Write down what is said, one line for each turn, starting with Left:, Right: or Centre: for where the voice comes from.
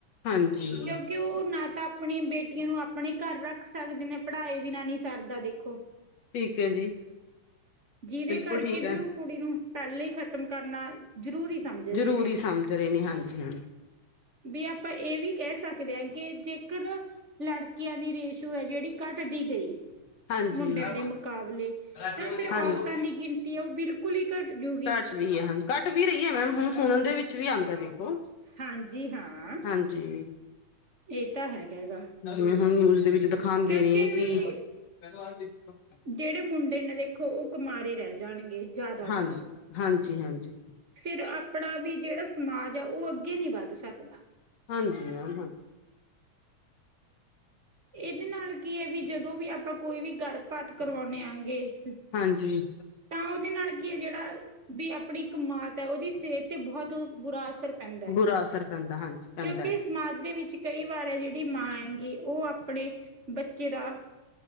Left: ਹਾਂਜੀ।
Right: ਕਿ ਉਹ ਨਾ ਤਾਂ ਆਪਣੀ ਬੇਟੀਆਂ ਨੂੰ ਆਪਣੇ ਘਰ ਰੱਖ ਸਕਦੇ ਨੇ ਪੜ੍ਹਾਈ ਵੀ ਨਾ ਨਹੀਂ ਸਰਦਾ ਦੇਖੋ।
Left: ਠੀਕ ਹੈ ਜੀ
Right: ਜਿਹਦੇ
Left: ਬਿਲਕੁਲ
Right: ਕਰਕੇ
Left: ਠੀਕ ਹੈ
Right: ਵੀ ਉਹ, ਕੁੜੀ ਨੂੰ ਪਹਿਲਾਂ ਹੀ ਖ਼ਤਮ ਕਰਨਾ, ਜ਼ਰੂਰੀ, ਸਮਝਦੇ
Left: ਜ਼ਰੂਰੀ
Right: ਨੇ।
Left: ਸਮਝ ਰਹੇ ਨੇ, ਹਾਂਜੀ -ਹਾਂਜੀ,
Right: ਵੀ ਆਪਾਂ ਇਹ ਵੀ ਕਹਿ ਸਕਦੇ ਹਾਂ ਕਿ ਜੇਕਰ, ਲੜਕੀਆਂ ਦੀ ਰੇਸ਼, ਸ਼ੂ ਹੈ, ਜਿਹੜੀ ਘੱਟਦੀ ਗਈ,
Left: ਹਾਂਜੀ
Right: ਮੁੰਡਿਆਂ ਦੇ ਮੁਕਾਬਲੇ,
Left: ਹਾਂਜੀ
Right: ਤਾਂ ਫਿਰ ਔਰਤਾਂ
Left: ਹਾਂਜੀ
Right: ਦੀ ਗਿਣਤੀ ਆ ਉਹ ਬਿਲਕੁਲ ਹੀ ਘੱਟ ਜੂਗੀ
Left: ਹ, ਘੱਟ ਵੀ ਰਹੀ ਹੈ ਮੈਮ, ਹੁਣ ਸੁਣਨ ਦੇ ਵਿੱਚ ਵੀ ਆਉਂਦਾ ਦੇਖੋ,
Right: ਹਾਂਜੀ ਹਾਂ,
Left: ਹਾਂਜੀ,
Right: ਇਹ ਤਾਂ ਹੈਗਾ ਗਾ।
Left: ਜਿਵੇਂ ਹੁਣ ਨਿਊਜ ਦੇ ਵਿੱਚ ਦਿਖਾਉਂਦੇ
Right: ਕਿਉਂਕਿ
Left: ਨੇ
Right: ਵੀ
Left: ਕਿ, ਪਹਿਲ ਆ ਦੇਖੋ
Right: ਜਿਹੜੇ ਮੁੰਡੇ ਨੇ ਦੇਖੋ, ਉਹ ਕਮਾਰੇ ਰਹਿ ਜਾਣਗੇ ਜ਼ਿਆਦਾਤਰ
Left: ਹਾਂਜੀ ਹਾਂਜੀ ਹਾਂਜੀ
Right: ਫਿਰ ਆਪਣਾ ਵੀ ਜਿਹੜਾ ਸਮਾਜ ਆ, ਉਹ ਅੱਗੇ ਨਹੀਂ ਵੱਧ ਸਕਦਾ,
Left: ਹਾਂਜੀ ਮੈ ਹਾਂਜੀ,
Right: ਇਹਦੇ ਨਾਲ ਕੀ ਹੈ ਵੀ ਜਦੋਂ ਵੀ ਆਪਾਂ ਕੋਈ ਵੀ ਗਰ, ਪਾਤ ਕਰਵਾਉਦੇ ਆਗੇ, ਤਾਂ
Left: ਹਾਂਜੀ
Right: ਉਹਦੇ ਨਾਲ ਕੀ ਹੈ ਜਿਹੜਾ ਵੀ ਆਪਣੀ ਇੱਕਮਾਤ ਹੈ, ਉਹਦੀ ਸਿਹਤ ਤੇ ਬਹੁਤ ਬੁਰਾ ਅਸਰ ਪੈਂਦਾ
Left: ਬੁਰਾ ਅਸਰ ਪੈਂਦਾ ਹਾਂਜੀ ਪੈਂਦਾ
Right: ਕਿਉਂਕਿ, ਸਮਾਜ ਦੇ ਵਿੱਚ ਕਈ ਵਾਰ ਹੈ ਜਿਹੜੀ ਮਾਂ ਏ, ਕਿ, ਉਹ ਆਪਣੇ ਬੱਚੇ ਦਾ